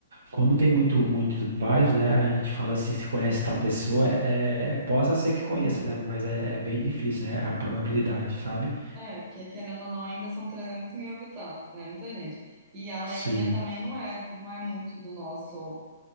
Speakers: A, on the right; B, on the right.
A: como tem muito, muitos bairros, né? A gente fala assim, se conhece tal pessoa, é, é- possa ser que conheça, né? Mas é, é bem difícil, né? A probabilidade, sabe?
B: É, porque querendo ou não, ainda são 300 mil habitantes, né? Muita gente. E a Leninha
A: Sim.
B: também não é, não é muito do nosso.